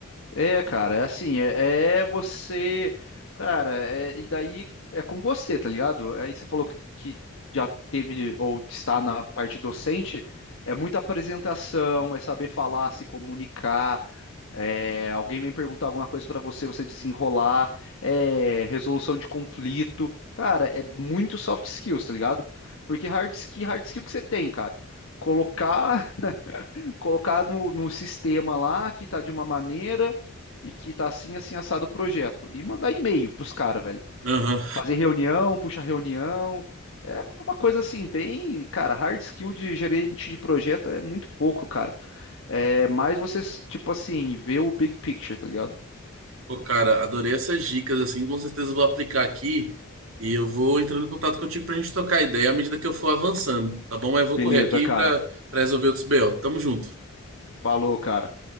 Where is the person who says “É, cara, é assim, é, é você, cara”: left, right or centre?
Left